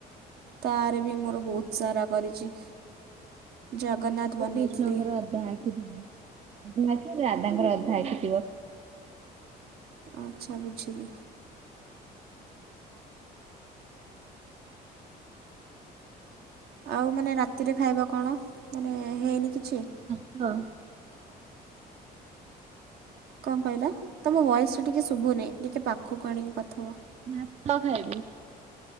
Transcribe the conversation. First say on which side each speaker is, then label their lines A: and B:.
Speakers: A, on the right; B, on the right.
A: ତାର ବି ମୋର ବହୁତ ସ ରା କରିଛି ଜଗନ୍ନାଥ
B: ଗୋଟେ ବନେଇବ
A: ବନେଇଥିଲଥିଲେ
B: କୃଷ୍ଣଙ୍କର ଅଧା ଆଖି ଅଧା ରାଧାଙ୍କର ଅଧା ହେଖିଥିବ
A: ଆଚ୍ଛା ବୁଝିଲି ଆଉ ମାନେ ରାତିରେ ଖାଇବା କଣ ମାନେ ହେଇନି କିଛି
B: ହଁ
A: କଣ କହିଲା ତମ ଭଏସ ଟିକେ ଶୁଭୁନହି ଟିକେ ପାଖକୁ ଆଣିକି କଥା ହୁଅ
B: ଭାତ ଖାଇବି